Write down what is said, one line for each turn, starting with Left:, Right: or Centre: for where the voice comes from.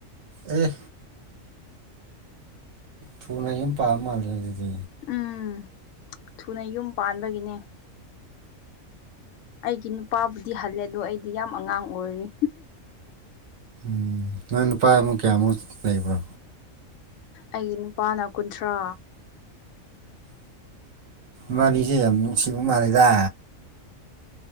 Right: ꯎꯝ ꯊꯨꯅ ꯑꯃ ꯄꯥꯕ ꯃꯥꯜꯂꯦ ꯑꯗꯨꯗꯤ
Left: ꯎꯝ ꯊꯨꯅ ꯌꯨꯝ ꯄꯥꯟꯕꯒꯤꯅꯦ ꯑꯩꯒꯤ ꯅꯨꯄꯥꯕꯨꯗꯤ ꯍꯜꯂꯦ ꯑꯗꯣ ꯑꯩꯗꯤ ꯌꯥꯝ ꯑꯉꯥꯡ ꯑꯣꯏꯔꯤ
Right: ꯎꯝ ꯅꯣꯏ ꯅꯨꯄꯥꯃꯨꯛ ꯀꯌꯥꯃꯨꯛ ꯂꯩꯕ꯭ꯔꯣ
Left: ꯑꯩꯒꯤ ꯅꯨꯄꯥꯅ ꯀꯨꯟꯊ꯭ꯔꯥ
Right: ꯃꯥꯅꯤꯖ ꯌꯥꯝ ꯃꯤꯁꯤꯕꯨ ꯃꯥꯅꯦꯗ